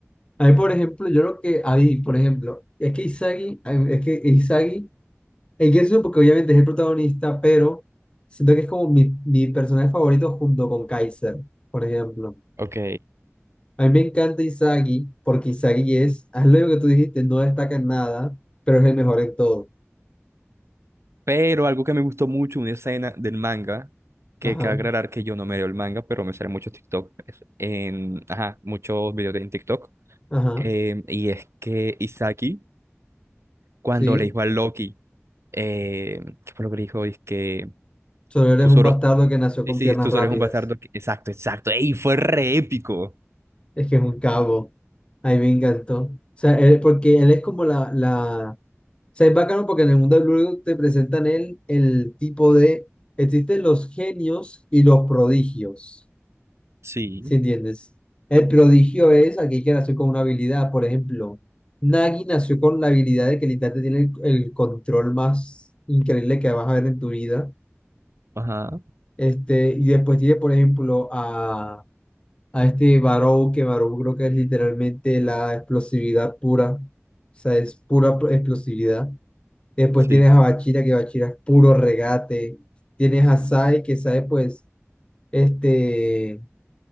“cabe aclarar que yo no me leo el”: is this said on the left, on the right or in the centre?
Right